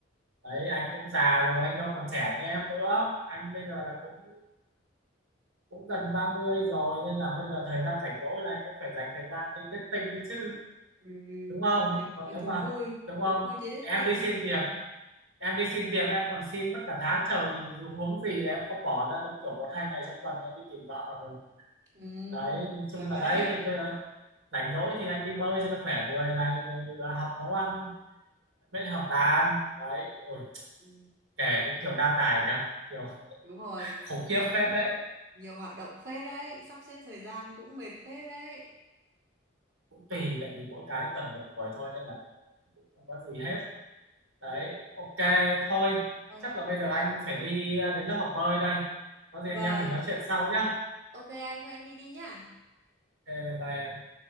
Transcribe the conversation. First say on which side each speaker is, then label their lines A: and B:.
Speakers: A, on the right; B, on the right.
A: đấy anh cũng già rồi anh đâu còn trẻ như em nữa anh bây giờ là cũng cũng gần 30 rồi nên là bây giờ thời gian rảnh rỗi là anh cũng phải dành thời gian đi dating đi chứ
B: Ừ,
A: đúng không
B: đúng
A: còn
B: rồi,
A: nếu
B: thú
A: mà
B: vui,
A: đúng không
B: thú vui đi dating
A: em đi xin
B: được.
A: việc em đi xin việc em còn xin mất cả tháng trời thì dù huống gì là em không bỏ ra giống kiểu một hai ngày trong tuần em đi tìm vợ được
B: Ừ,
A: đấy nói chung
B: được
A: là
B: đấy.
A: đấy thì bây giờ rảnh rỗi thì anh đi bơi cho nó khỏe người này rồi là học nấu ăn mới là học đàn đấy ôi
B: Ừ,
A: kể cũng kiểu đa tài nhá kiểu <laughs>
B: đúng rồi
A: khủng khiếp
B: kiểu
A: phết
B: cũng
A: đấy
B: nhiều hoạt động phết đấy sắp xếp thời gian cũng mệt phết đấy
A: cũng tùy tại vì mỗi cái tuần một buổi thôi nên là cũng cũng không có gì hết đấy
B: ừ.
A: ok thôi
B: thôi.
A: chắc là bây giờ anh phải đi ờ, đến lớp học bơi đây có
B: Vâng
A: gì anh em mình nói chuyện sau nhá
B: ok anh thôi anh đi đi nhá
A: ok bye bye